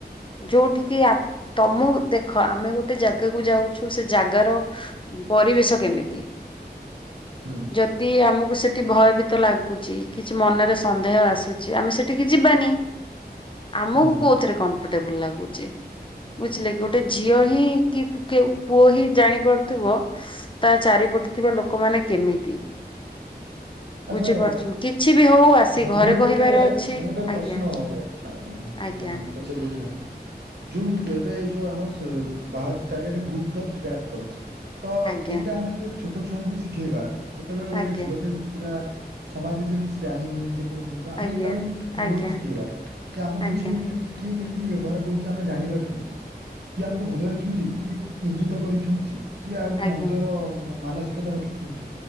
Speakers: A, on the left (about 30°); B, on the right (about 80°).
A: ଯୋଉଠିକି ଆପ ତମକୁ ଦେଖ ଆମେ ଗୋଟେ ଜାଗାକୁ ଯାଉଛୁ ସେ ଜାଗାର ପରିବେଶ କେମିତି?
B: ହୁଁ
A: ଯଦି ଆମକୁ ସେ ଠି ଭୟଭୀତ ଲାଗୁଛି, କିଛି ମନରେ ସନ୍ଦେହ ଆସୁଚି, ଆମେ ସେଠିକି ଯିବାନି। ଆମକୁ
B: ହୁଁ ହୁଁ
A: କୋଉଥିରେ କମ୍ଫର୍ଟେବଲ ଲାଗୁଚି ବୁଝିଲେ କି ଗୋଟେ ଝିଅ ହିଁ କି-କି-ପୁଅ ହିଁ ଜାଣିପାରୁଥିବ ତା ଚାରି ପଟେ ଥିବା ଲୋକମାନେ କେମିତି?
B: ଆଚ୍ଛା
A: ବୁଝିପାରୁଛନ୍ତି କିଛି ବି ହଉ ଆସି
B: ବନ୍ଧୁ
A: ଘରେ
B: ମୁଁ
A: କହିବାର
B: ଗୋଟେ
A: ଅଛି
B: ମୁଁ ଗୋଟେ
A: ଆଜ୍ଞା
B: ପ୍ରଶ୍ନ ଗୋଟେ ଅଛି
A: ଆଜ୍ଞା
B: ମୁଁ ପଚାରିବାକୁ ଚାହେଁ? ଯୋଉ ଏବେ ଯୋଉ ଆମର ବାହାରୁଛି ଚାରିଆଡେ ଗୁଡ୍ ଟଚ୍ ବ୍ୟାଡ ଟଚ୍ ତ
A: ଆଜ୍ଞା
B: ଏଇଟା ଆମେ ଯଦି ଗୋଟେ ଛୋଟ ଛୁଆଙ୍କୁ ଶିଖେଇବା, ଯେତେବେଳେ ଗୋଟେ
A: ଆଜ୍ଞା
B: ଝିଅଟେ ପୁରା ସମାଜ ବିଷୟରେ କିଛି ଜାଣିନି ଯେ କୌଣସି ଜିନିଷ ଆମେ
A: ଆଜ୍ଞା
B: ଯଦି ତାକୁ ମୂଳରୁ
A: ଆଜ୍ଞା
B: ଶିଖେଇବା, ଯେ ଆମକୁ
A: ଆଜ୍ଞା
B: ଯିଏ କେମ କିଏ କେମ୍ ତି ବ୍ୟବହାର କରୁଛି ଆମେ ଜାଣିବା କେମିତି? କିଏ ଆମକୁ ଭଲରେ ଛୁଉଁଛି, କିଏ ଇଙ୍ଗିତ କରି ଛୁଉଁଛି କି ଆଉ
A: ଆଜ୍ଞା ଆଜ୍ଞା
B: ମନ୍ଦର ମାନସିକତା ରଖି ଛୁଇଁଛି